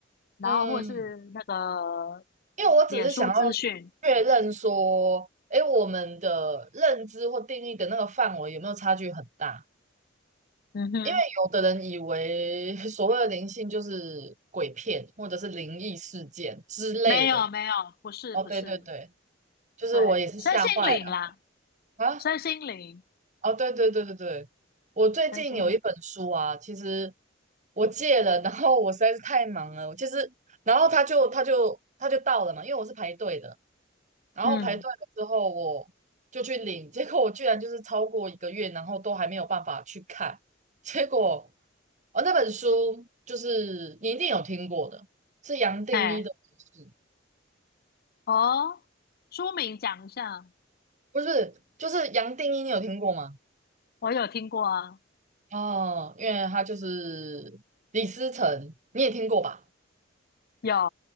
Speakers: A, on the left; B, on the right.
A: 然后或是那个
B: 嗯，因为我只是想要确认说，
A: 脸书资讯，
B: 诶，我们的认知或定义的那个范围有没有差距很大？
A: 嗯哼，
B: 因为有的人以为 <laughs> 所谓的灵性就是鬼片或者是灵异事件之类的。
A: 没有没有，不是不是，
B: 哦，对对对，就是我也是吓坏了
A: 对，身心灵啦，
B: 啊！
A: 身心灵，
B: 哦，对对对对对，我最近有一本书啊，
A: 身心灵，
B: 其实我借了，然后我实在是太忙了，我其实，然后他就他就他就到了嘛，因为我是排队的，然后排队了之后我就去领，
A: 嗯，
B: 结果我居然就是超过一个月，然后都还没有办法去看，结果哦那本书就是你一定有听过的，是杨定一的故事
A: 哎，哦，书名讲一下，
B: 不是，就是杨定一，你有听过吗？
A: 我有听过啊，
B: 哦，因为他就是李思成，你也听过吧？
A: 有，